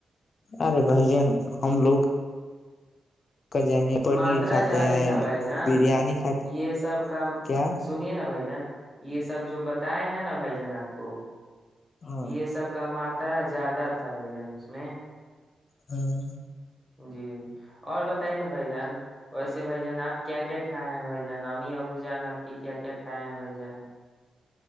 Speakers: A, on the left; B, in the centre.
A: ارے بھائی جان ہم لوگ کا جانے پنیر
B: ماترا
A: کھاتے
B: زیادہ
A: ہیں
B: تھا بھائی جان
A: بریانی کھاتے
B: یہ سب کا
A: کیا
B: سنیے نا بھائی جان یہ سب جو بتاائے ہیں نا بھائی جان آپ کو
A: ہاں
B: یہ سب کا مات اترا زیادہ تھا بھائی جان اس میں
A: ہاں
B: جی اور بتائیے نا بھائی جان ویسے بھ جان آپ کیا کیا کھائے ہیں بھائی جان امی ابو جان آپ کی کیا کیا کھائے ہیں بھ جان